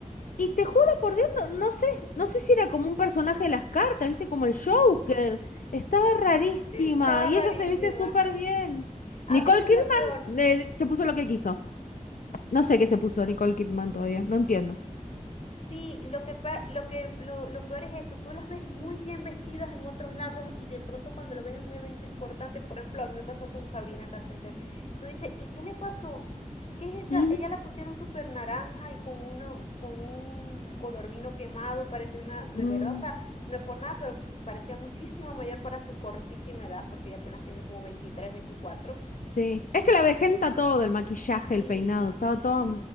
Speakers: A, on the left; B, on the left.
A: Y te juro por Dios, no, no sé, no sé si era como un personaje de las cartas, viste, como el Joker. Estaba rarísima
B: Estaba
A: y
B: rarísima.
A: ella se viste súper bien.
B: Ah,
A: Nicole
B: eso
A: Kidman
B: es lo peor.
A: eh, se puso lo que quiso. No sé qué se puso Nicole Kidman todavía, no entiendo.
B: Sí, lo que pa- lo que lo, lo peor es eso. Tú las ves muy bien vestidas en otros lados y de pronto cuando lo ves en un evento importante, por ejemplo, a mí me pasó con Sabrina Carpenter. Tú dices, ¿y qué le pasó? ¿Qué es esa?
A: Ujú.
B: Ella la pusieron súper naranja y con una, con un color vino quemado, parecía una, de
A: Mm.
B: verdad, o sea, no es por nada, pero parecía muchísimo mayor para su cortísima edad, porque ella apenas tiene como 23, 24.
A: Sí. Es que la vejenta todo, el maquillaje,
B: Sí.
A: el peinado, estaba todo...